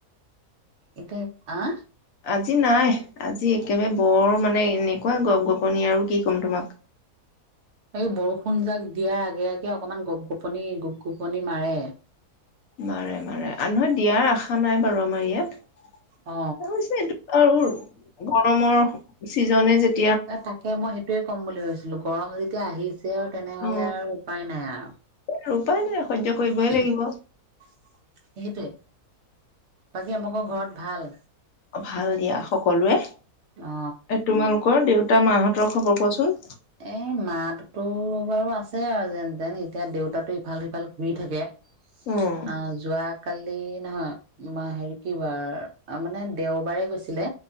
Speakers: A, on the right; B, on the left.
A: এতিয়া। আহ।
B: আজি নাই আজি একেবাৰে বৰ মানে এনেকুৱা গপ গপনি আৰু কি ক'ম তোমাক।
A: এই বৰষুণ যাক দিয়াৰ আগে আগে অকমান গপ গোপনি গোপ গোপনি মাৰে।
B: মাৰে মাৰে নহয় দিয়াৰ আশা নাই বাৰু আমাৰ ইয়াত।
A: অ
B: তছে এইটো আৰু গৰমৰ। চিজনে তেতিয়া।
A: এ তাকে মই সেইটোয়ে ক'ম বুলি ভাবিছিলো। গৰম যেতিয়া আহি। আৰু তেনেহলে
B: অ
A: আৰু উপায় নাই আৰু
B: আৰু উপায় নাই সহ্য কৰিবই লাগিব
A: সেইটোৱে। বাকী আমোক ঘৰত ভাল।
B: ভাল দিয়া সকলোৱে
A: অ
B: তোমালোকৰ দেউতা। টা মাহঁতৰ খবৰ কোৱাচোন।
A: এ মাতো বাৰু আছে আৰু যেন যেন এতিয়া দেউতাতো ইফাল সিফাল ঘূৰি থাকে। অ
B: উম,
A: যোৱা কালি নহয়, মই হেৰি কি বাৰ মানে দেওবাৰে গৈছিলে